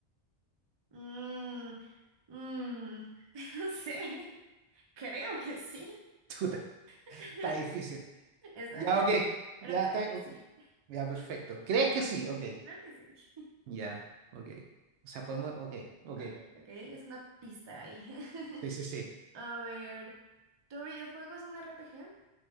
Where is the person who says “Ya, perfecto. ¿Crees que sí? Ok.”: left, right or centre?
Right